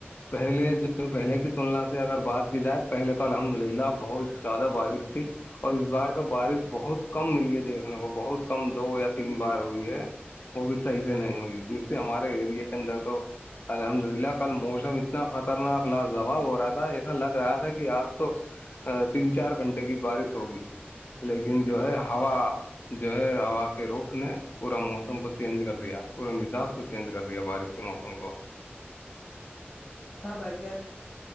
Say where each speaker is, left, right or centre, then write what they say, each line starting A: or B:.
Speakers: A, on the left; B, on the left.
A: پہلے جو پہلے کی تلنا سے اگر بات کی جائے پہلے تو الحمد للہ بہت زیادہ بارش تھی اور اس بار تو بارش بہت کم ملی ہے دیکھنے کو بہت کم دو یا تین بار ہوئی ہے وہ بھی صحیح سے نہیں ہوئی جس سے ہمارے اییریا کے اندر تو الحمد للہ کل موسم اتنا خطرناک لاجواب ہو رہا تھا ایسا لگ رہا تھا کہ آج تو ا تین چار گھنٹے کی بارش ہوگی لیکن جو ہے ہوا جو ہے ہوا کے روخ نے پورا موسم کو چینج کر دیا پورے مزاج چینج کر دیا بارش کے موسم کو
B: دکھاں بائی جان